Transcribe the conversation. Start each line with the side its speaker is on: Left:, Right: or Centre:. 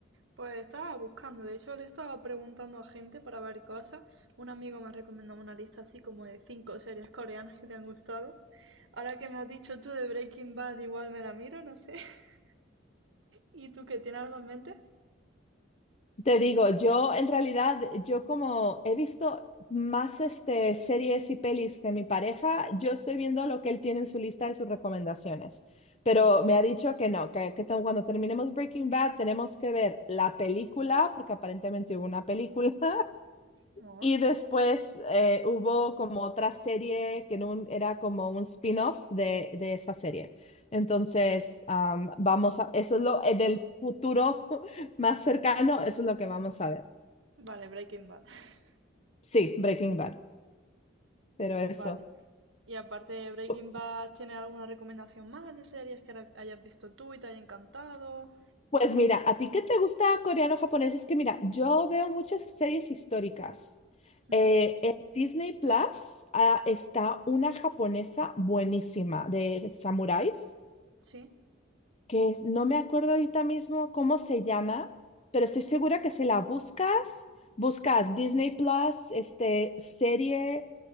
Right: Pues estaba buscando, de hecho le estaba preguntando a gente para ver cosas. Un amigo me recomendó una lista así como de cinco series coreanas que le han gustado. Ahora que me has dicho tú de Breaking Bad, igual me la miro, no sé. <laughs> ¿Y tú qué tienes algo en mente?
Left: Te digo, yo en realidad, yo como he visto más este, series y pelis que mi pareja, yo estoy viendo lo que él tiene en su lista de sus recomendaciones. Pero
Right: Hmm,
Left: me ha dicho que no, que, que tan- cuando terminemos Breaking Bad tenemos que ver la película, porque aparentemente hubo una película, <laughs>
Right: No.
Left: y después eh, hubo como otra serie que en un- era como un spin-off de, de esa serie. Entonces, am, vamos a, eso es lo, en el futuro <laughs> más cercano, eso es lo que vamos a ver.
Right: Vale, Breaking Bad. <laughs>
Left: Sí, Breaking Bad, pero eso.
Right: Vale. Y aparte de Breaking
Left: Pu-
Right: Bad, ¿tienes alguna recomendación más de series que ahora hayas visto tú y te haya encantado?
Left: Pues mira, ¿a ti qué te gusta coreano o japonés? Es que mira, yo veo muchas series históricas.
Right: Hmm,
Left: Eh, en Disney Plus, ah, está una japonesa buenísima de samuráis.
Right: Sí,
Left: que es- no me acuerdo ahorita mismo cómo se llama, pero estoy segura que si la buscas, buscas Disney Plus, este, serie